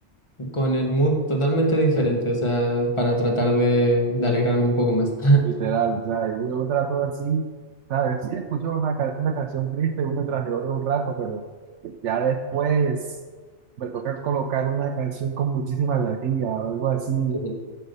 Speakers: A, on the left; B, on the right.
A: con el mood totalmente diferente, o sea, para tratar de, de alegrarme un poco más. <laughs>
B: Literal, o sea, yo, yo trato de sí ¿sabes? Sí, escucho una, ca- una canción triste una tras de otra un rato, pero ya después me toca colocar una canción con muchísima energía o algo así.
A: Ujú.
B: O